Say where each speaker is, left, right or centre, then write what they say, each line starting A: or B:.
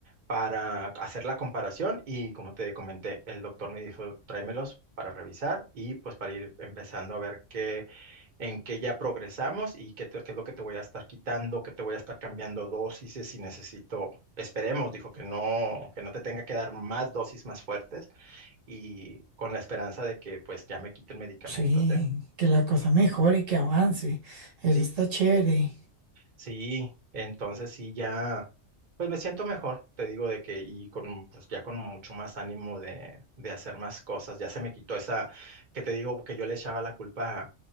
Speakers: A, on the right (about 40°); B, on the right (about 65°).
A: para hacer la comparación y como te comenté, el doctor me dijo, tráemelos para revisar y pues para ir empezando a ver qué, en qué ya progresamos y qué, te- qué es lo que te voy a estar quitando, qué te voy a estar cambiando dosis si necesito, esperemos, dijo que no, que no te tenga que dar más dosis más fuertes y con la esperanza de que pues ya me quiten medicamentos,
B: Sí,
A: ¿eh?
B: que la cosa mejore y que avance. Eso
A: Sí,
B: está chévere.
A: sí, entonces sí, ya, pues me siento mejor, te digo de que y con, pues ya con mucho más ánimo de, de hacer más cosas, ya se me quitó esa, que te digo que yo le echaba la culpa